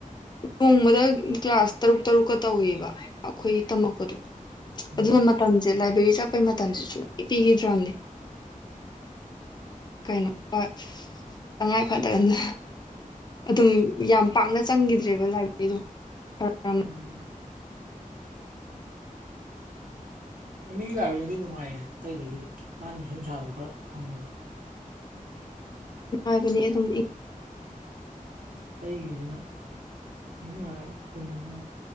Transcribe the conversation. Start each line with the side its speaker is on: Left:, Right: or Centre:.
Left: ꯅꯣꯡꯃꯗ ꯀ꯭ꯂꯥꯁ ꯇꯔꯨꯛ ꯇꯔꯨꯛꯀ ꯇꯧꯋꯦꯕ ꯑꯩꯈꯣꯏꯒꯤ ꯇꯝꯃꯛꯄꯗꯣ꯫
Right: ꯎꯝ
Left: ꯑꯗꯨꯅ ꯃꯇꯝꯁꯦ ꯂꯥꯏꯕ꯭ꯔꯦꯔꯤ ꯆꯠꯄꯩ ꯃꯇꯝꯁꯨ ꯁꯨꯡ ꯄꯤꯈꯤꯗ꯭ꯔꯝꯅꯦ꯫ ꯍꯣꯏ ꯇꯉꯥꯏꯐꯗꯅ꯫ ꯑꯗꯨꯝ ꯌꯥꯝ ꯄꯥꯛꯅ ꯆꯪꯈꯤꯗ꯭ꯔꯦꯕ ꯂꯥꯏꯕ꯭ꯔꯦꯔꯤꯗꯣ <unintelligible>
Right: ꯎꯝ ꯃꯤꯒꯤ ꯂꯥꯏꯕꯔꯤꯗꯗꯤ ꯅꯨꯡꯉꯥꯏꯌꯦ ꯑꯇꯩꯗꯒꯤꯗꯤ ꯃꯥꯒꯤ ꯅꯨꯡꯁꯤ ꯅꯨꯡꯁꯥꯗꯣ ꯈꯔ ꯐꯪꯉꯦꯕ꯫
Left: ꯅꯨꯡꯉꯥꯏꯕꯅꯦ ꯑꯗꯨꯝ ꯏꯪ
Right: ꯑꯇꯩꯒꯤꯁꯤꯅ ꯉꯥꯏꯔꯒ ꯐꯨꯟꯁꯨ